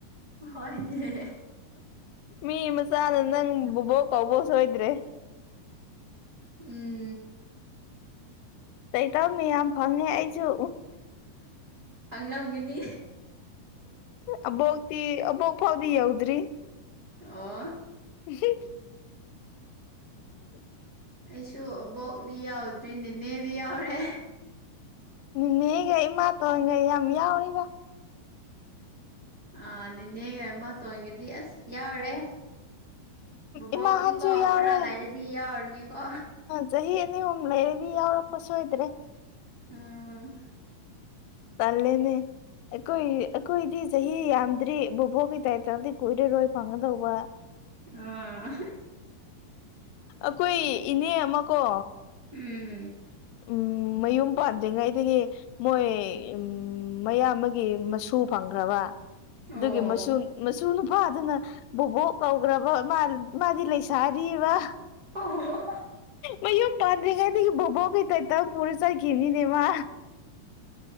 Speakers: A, on the right (about 45°); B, on the left (about 85°).
A: ꯍꯣꯏꯅꯦ
B: ꯃꯤ ꯃꯆꯥꯅ ꯅꯪ ꯕꯣꯕꯣꯛ ꯀꯧꯕ ꯁꯣꯏꯗ꯭ꯔꯦ
A: ꯎꯝ
B: ꯇꯥꯏꯇꯜ ꯃꯌꯥꯝ ꯐꯪꯉꯦ ꯑꯩꯁꯨ
A: ꯐꯪꯂꯝꯒꯅꯤ
B: ꯑꯕꯣꯛꯇꯤ ꯑꯕꯣꯛ ꯐꯥꯎꯗꯤ ꯌꯧꯗ꯭ꯔꯤ
A: ꯑꯣ
B: <unintelligible> <inaudible>
A: ꯑꯩꯁꯨ ꯑꯕꯣꯛꯗꯤ ꯌꯥꯎꯗ꯭ꯔꯤ ꯅꯦꯅꯦꯗꯤ ꯌꯥꯎꯔꯦ
B: ꯅꯤꯅꯦꯒ ꯏꯃꯥꯇꯣꯟꯒ ꯌꯥꯝ ꯌꯥꯎꯋꯤꯗ
A: ꯑꯥ ꯅꯦꯅꯦꯒ ꯏꯃꯥꯇꯣꯟꯒꯗꯤ ꯑꯁ ꯌꯥꯎꯔꯦ ꯕꯨꯕꯣꯛꯗꯤꯀꯣ
B: ꯏꯃꯥꯍꯟꯁꯨ ꯌꯥꯎꯔꯦ
A: ꯈꯔ ꯂꯩꯔꯗꯤ ꯌꯥꯎꯔꯅꯤꯀꯣ
B: ꯆꯍꯤ ꯑꯅꯤ ꯑꯍꯨꯝ ꯂꯩꯔꯗꯤ ꯌꯥꯎꯔꯛꯄ ꯁꯣꯏꯗ꯭ꯔꯦ
A: ꯎꯝ
B: ꯇꯜꯂꯦꯅꯦ ꯑꯩꯈꯣꯏ ꯑꯩꯈꯣꯏꯗꯤ ꯆꯍꯤ ꯌꯥꯝꯗ꯭ꯔꯤ ꯕꯣꯕꯣꯛꯒꯤ ꯇꯥꯏꯇꯜꯗꯤ ꯀꯨꯏꯔꯔꯣꯏ ꯐꯪꯒꯗꯧꯕ
A: ꯑꯥ
B: ꯑꯈꯣꯏ ꯏꯅꯦ ꯑꯃꯀꯣ
A: ꯎꯝ
B: ꯎꯝ ꯃꯌꯨꯝ ꯄꯥꯟꯗ꯭ꯔꯤꯉꯩꯗꯒꯤ ꯃꯣꯏ ꯎꯝ ꯃꯌꯥꯝꯕꯒꯤ ꯃꯁꯨ ꯐꯪꯈ꯭ꯔꯕꯥ ꯑꯗꯨꯒꯤ
A: ꯑꯣ
B: ꯃꯁꯨ ꯃꯁꯨ ꯅꯨꯄꯥꯗꯨꯅ ꯕꯨꯕꯣꯛ ꯀꯧꯒ꯭ꯔꯕ ꯃꯥ-ꯃꯥꯗꯤ ꯂꯩꯁꯥꯔꯤꯕ
A: ꯑꯣ ꯍꯣ <unintelligible>
B: ꯃꯌꯨꯝ ꯄꯥꯥꯟꯗ꯭ꯔꯤꯉꯩꯗꯩ ꯕꯨꯕꯣꯛꯀꯤ ꯇꯥꯏꯇꯜ ꯄꯨꯔ ꯆꯠꯈꯤꯕꯅꯤꯅꯦ ꯃꯥ